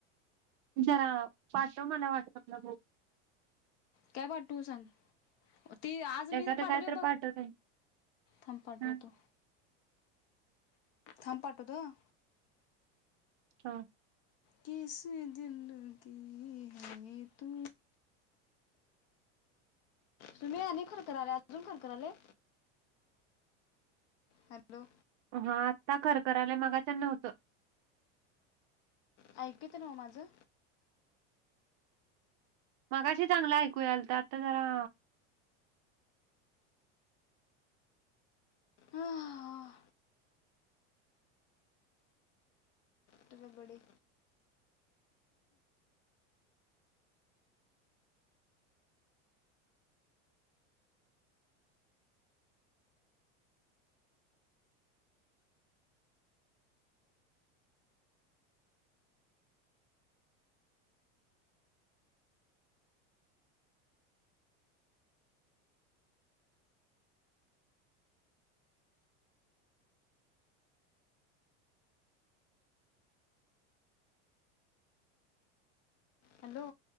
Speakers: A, on the right; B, on the left.
A: जरा पाटव मला वाटसअपला.
B: काय पाठवू सांग, ती आज मी
A: एखादं
B: पाठवल
A: काय तर
B: बघ
A: पाठवते
B: थांब पाठवतो,
A: हा
B: थांब पाठवतो ह
A: हा.
B: किस दिलकि है तू सुमे आणि खरखराले अजून खरखरालय? हॅलो.
A: हा आत्ता खरखरालय मगाच्यान नव्हतं.
B: ऐकू येतंय न्हवं माझं?
A: मगाशी चांगलं ऐकू यालत आता जरा
B: आह, त बबडे हॅलो